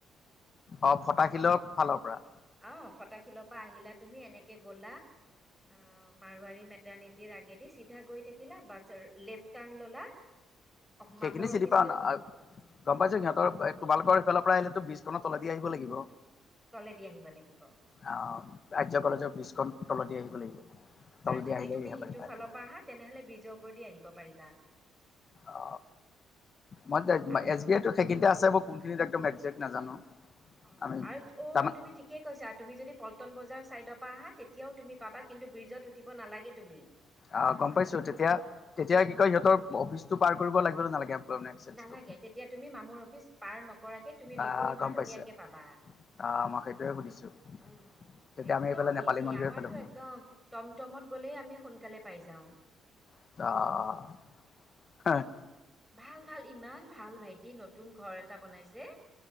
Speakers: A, on the left (about 45°); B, in the centre.
A: অ ফটাশিলৰ ফালৰ পৰা
B: অ ফতাশিলৰ পৰা আহিলা তুমি এনেকে গ'লা অ মাৰোৱাৰাৰী মেটৰ্ননিতি আগেদি চিধা গৈ থাকিলা বা লেফ্ট টাৰ্ণ ল'লা
A: সেইখিনি
B: মামুৰ
A: চিনি
B: অফিচটো
A: পাম
B: উম
A: গম পাইছো সিহঁতৰ তোমালোকৰ সেইফালৰ পৰা আহিলেতো ব্ৰিজখনৰ তলেদি আহিব লাগিব
B: তলেদি আহিব লাগিব
A: অ আৰ্য্য কলেজৰ ব্ৰিজখন তলেদি আহিব লাগিব তলেদি
B: আৰু যদি
A: আহিলে
B: তুমি
A: ৰিহাবাৰী
B: সিটো
A: পায়
B: ফালৰ পৰা আহা তেনেহ'লে ব্ৰিজৰ ওপৰত দি আহিব পাৰিবা
A: অ মই
B: আৰু
A: এছ বি আইতো সেইকেই আছে ব কোনখিনিত একদম একজেক্ট নাজানো
B: অ
A: আমি
B: আৰু
A: তাৰমান
B: অ তুমি ঠিকে কৈছা তুমি যদি পল্টন বজাৰ চাইডৰ পৰা আহা তেতিয়াও তুমি পাবা কিন্তু ব্ৰিজত উঠি নালাগে তুমি
A: অ গম পাইছো তেতিয়া তেতিয়া কি কয় সিহঁতৰ অফিচটো পাৰ কৰিব লাগিব নে নালাগে এমপ্লয়মেণ্ট এক্সেঞ্জটো
B: নালাগে তেতিয়া তুমি মামুৰ অফিচ পাৰ নকৰাকে তুমি লোকুৰ
A: আহ
B: ঘৰ
A: গম
B: ধুনীয়াকে
A: পাইছে
B: পাবা
A: আহ মই সেইটয়ে সুধিছো
B: উম উম
A: তেতিয়া
B: একদম
A: আমি এইফালে নেপালী
B: ইজি
A: মন্দিৰৰ
B: আমাৰতো
A: ফালে সোমাম
B: একদম টমটমত গ'লেই আমি সোনকালে পাই যাও
A: অ
B: ভাল ভাল ইমান ভাল ভাইটি নতুন ঘৰ এটা বনাইছে